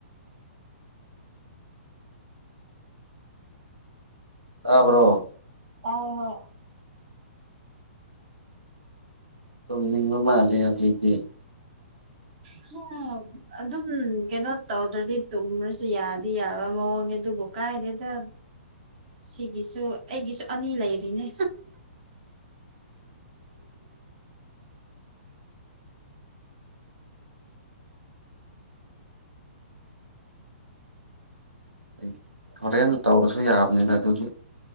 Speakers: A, on the right; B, on the right.
A: ꯇꯥꯕ꯭ꯔꯣ꯫
B: ꯇꯥꯑꯦ ꯍꯣꯏ꯫
A: ꯇꯨꯝꯅꯤꯡꯕ ꯃꯥꯜꯂꯦ ꯍꯧꯖꯤꯛꯇꯤ꯫
B: <inaudible> ꯑꯗꯨꯝ ꯀꯩꯅꯣ ꯇꯧꯗ꯭ꯔꯗꯤ ꯇꯨꯝꯔꯁꯨ ꯌꯥꯗꯤ ꯌꯥꯕ ꯃꯑꯣꯡꯅꯦ ꯑꯗꯨꯕꯨ ꯀꯥꯏꯗꯦꯗ ꯁꯤꯒꯤꯁꯨ ꯑꯩꯒꯤꯁꯨ ꯑꯅꯤ ꯂꯩꯔꯤꯅꯦ
A: ꯑꯩ ꯍꯣꯔꯦꯟ ꯇꯧꯔꯁꯨ ꯌꯥꯕꯅꯤꯅ ꯑꯗꯨꯗꯤ